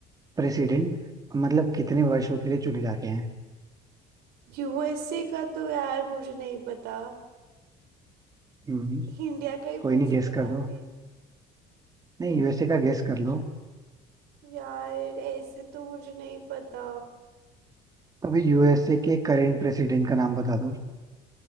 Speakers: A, on the right (about 20°); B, on the right (about 70°).
A: प्रेसिडेंट मतलब कितने वर्षों के लिए चुने जाते हैं
B: यूएसए का तो यार मुझे नहीं पता
A: हम्म
B: इंडिया का ही
A: कोई
B: पूछ
A: नहीं गेस
B: लो
A: कर
B: ना
A: दो
B: अभी
A: नहीं यूएसए का गेस कर लो
B: यार ऐसे तो मुझे नहीं पता
A: तो अभी यूएसए के करेंट प्रेसिडेंट का नाम बता दो